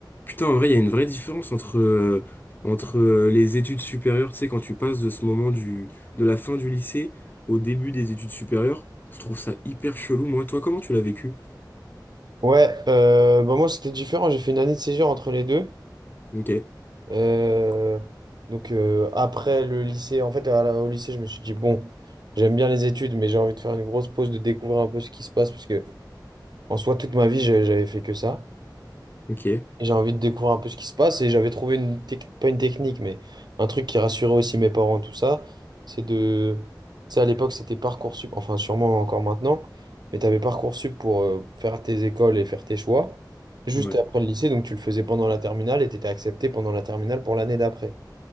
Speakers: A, on the left (about 25°); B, on the right (about 65°).
A: Putain, en vrai, il y a une vraie différence entre, euh, entre euh, les études supérieures, tu sais, quand tu passes de ce moment du, de la fin du lycée au début des études supérieures, je trouve ça hyper chelou, moi. Toi, comment tu l'as vécu?
B: Ouais, euh, bah moi c'était différent, j'ai fait une année de césure entre les deux.
A: Ok,
B: Euh, donc euh, après le lycée, en fait à la- au lycée je me suis dit bon, j'aime bien les études mais j'ai envie de faire une grosse pause, de découvrir un peu ce qui se passe parce que en soi toute ma vie j'ai- j'avais fait que ça.
A: ok,
B: Et J'ai envie de découvrir un peu ce qui se passe et j'avais trouvé une technique, pas une technique, mais un truc qui rassurait aussi mes parents, tout ça, c'est de... Tu sais, à l'époque, c'était Parcoursup, enfin sûrement encore maintenant, mais tu avais Parcoursup pour euh, faire tes écoles et faire tes choix, juste
A: ouais,
B: après le lycée, donc tu le faisais pendant la terminale et tu étais accepté pendant la terminale pour l'année d'après.